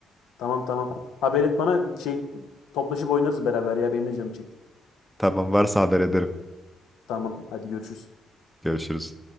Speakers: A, on the left; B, in the centre.
A: Tamam tamam. Haber et bana şey toplaşıp oynarız beraber ya. Benim de canım çekti.
B: Tamam varsa haber ederim.
A: Tamam hadi görüşürüz.
B: Görüşürüz.